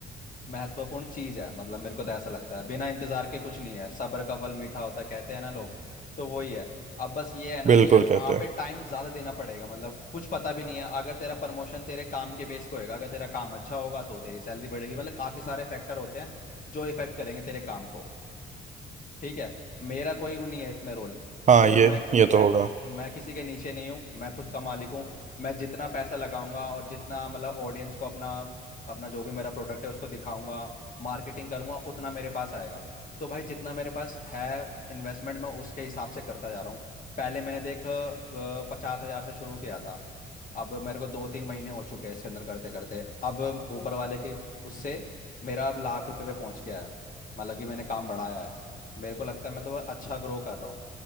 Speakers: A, on the left; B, on the right.
A: महत्वपूर्ण चीज है मतलब मेरे को तो ऐसा लगता है बिना इंतजार के कुछ नहीं है सब्र का फल मीठा होता है कहते हैं ना लोग तो वही है अब बस ये है ना
B: बिल्कुल
A: कि यार वहां
B: कहते हैं
A: पे टाइम ज्यादा देना पड़ेगा मतलब कुछ पता भी नहीं है अगर तेरा प्रमोशन तेरे काम के बेस पे होएगा अगर तेरा काम अच्छा होगा तो तेरी सैलरी बढ़ेगी मतलब काफी सारे फैक्टर होते हैं जो इफेक्ट करेंगे तेरे काम को ठीक है मेरा कोई वो नहीं है इसमें रोल
B: हाँ
A: मतलब
B: ये
A: मैं
B: ये तो
A: मैं
B: होगा
A: मैं किसी के नीचे नहीं हूँ मैं खुद का मालिक हूँ मैं जितना पैसा लगाऊंगा और जितना मतलब ऑडियंस को अपना अपना जो भी मेरा प्रोडक्ट है उसको दिखाऊंगा मार्केटिंग करूंगा उतना मेरे पास आएगा तो भाई जितना मेरे पास है इन्वेस्टमेंट मैं उसके हिसाब से करता जा रहा हूँ पहले मैंने देख पचास हजार से शुरू किया था अब मेरे को दो तीन महीने हो चुके हैं इसके अंदर करते करते अब ऊपर वाले के उससे मेरा अब लाख रुपए पे पहुंच गया है मतलब कि मैंने काम बढ़ाया है मेरे को लगता है मैं तो अच्छा ग्रो कर रहा हूँ